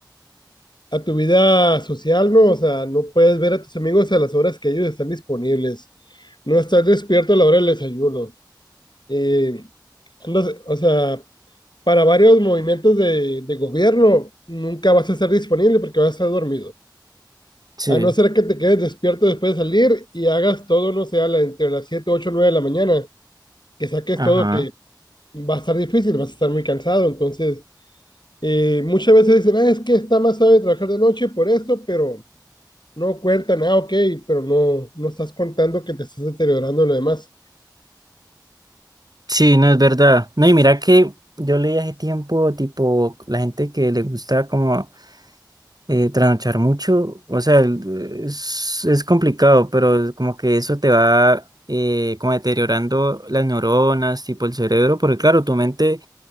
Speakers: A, on the left; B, on the right.
A: a tu vida social, ¿no? O sea, no puedes ver a tus amigos a las horas que ellos están disponibles. No estás despierto a la hora del desayuno. Eh, andas- o sea, para varios movimientos de, de gobierno nunca vas a estar disponible porque vas a estar dormido.
B: sí,
A: A no ser que te quedes despierto después de salir y hagas todo, no sé, a la- entre las siete ocho nueve de la mañana, que saques
B: ajá.
A: todo, que va a estar difícil, vas a estar muy cansado. Entonces, Eh, muchas veces dicen, ah, es que está más sabe trabajar de noche por esto, pero no cuentan, ah, ok, pero no, no estás contando que te estás deteriorando lo demás.
B: Sí, no es verdad. No, y mira que yo leí hace tiempo, tipo, la gente que le gusta como eh, trasnochar mucho, o sea, el- es, es complicado, pero como que eso te va eh, como deteriorando las neuronas, tipo el cerebro, porque claro, tu mente